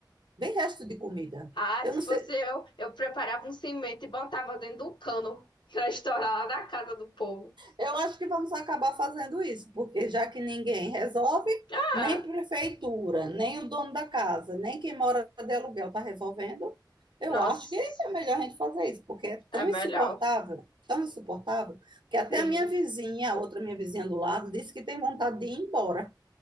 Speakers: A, on the right; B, on the left.
A: vem resto de comida.
B: Ah,
A: Eu
B: se
A: não
B: fosse
A: sei,
B: eu, eu preparava um cimento e botava dentro do cano para estourar lá na casa do povo.
A: Eu acho que vamos acabar fazendo isso, porque já que ninguém resolve,
B: É,
A: nem prefeitura, nem o dono da casa, nem quem mora de aluguel está resolvendo, eu
B: nossa,
A: acho que é melhor a gente fazer isso, porque é
B: é
A: tão
B: melhor.
A: insuportável, tão insuportável, que até
B: Sim,
A: a minha vizinha, a outra minha vizinha do lado, disse que tem vontade de ir embora.